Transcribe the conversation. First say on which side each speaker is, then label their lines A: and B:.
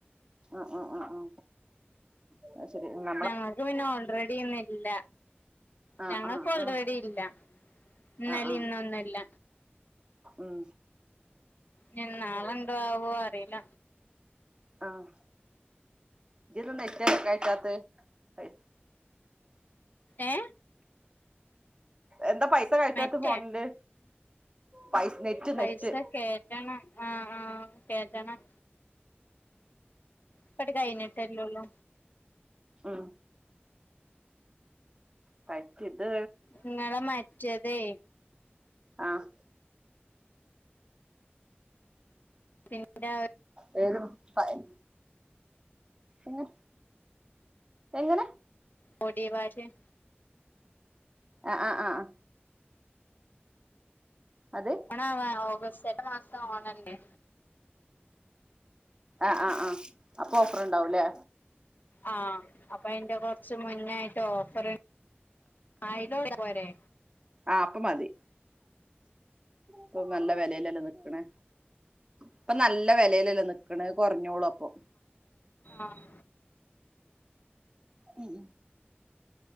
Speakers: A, on the right; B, on the left.
A: അ അ അ അ ന്നാശരി ന്ന
B: ഞങ്ങക്ക് പിന്നെ ഓൾറെഡി ഇന്ന് ഇല്ല
A: ആഹ്
B: ഞങ്ങക്ക്
A: ആഹ്
B: ഓൾറെടി
A: ആഹ്
B: ഇല്ല ഇന്നലിം
A: ആഹ് ആഹ്
B: ഇന്നൊന്നുല്ല
A: ഉം
B: ഞ് നാള ഇണ്ടോആവോ അറീല്ല
A: ആഹ് ഇജ് <unintelligible> നെറ്റ്കയ്റ്റാത്ത് പൈ
B: ഏ
A: എന്താ പൈസ കയറ്റാത്ത്
B: മറ്റേ
A: ഫോണ്ല് പൈസ നെറ്റ്
B: പൈസ
A: നെറ്റ്
B: കേറ്റണം ആഹ് ആഹ് കേറ്റണം ഇപ്പട്ട് കഴിഞ്ഞിട്ടല്ലോള്ളു
A: ഉം പറ്റന്ത്
B: ഇങ്ങള മറ്റേന്തയ്
A: ആഹ്
B: പി ന്നെ അത്
A: വെറും പ്പയ് പിന്നെ എങ്ങനെ
B: പൊടിവാശ്യൻ
A: ആഹ് ആഹ് ആഹ് അത്
B: ആഹ് ഓഗസ്റ്റേട്ടമാസം ഓണല്ലേ
A: ആഹ് ആഹ് ആഹ് അപ്പൊ ഓഫർ ഇണ്ടാവുംല്ലേ
B: ആഹ് അപ്പൊ അയ്ന്റെ കൊറച്ച് മുന്നായിട്ട് ഓഫറ് ആയിര ത്തപോരെ
A: ആഹ് അപ്പ മതി പ്പൊ നല്ല വെലേല ല്ലേ ന്‌ക്ക്‌ണ് പ്പ നല്ല വെലേലല്ലോ നിക്ക്ണ് കൊറഞ്ഞോളു അപ്പൊ
B: ആഹ്
A: ഉം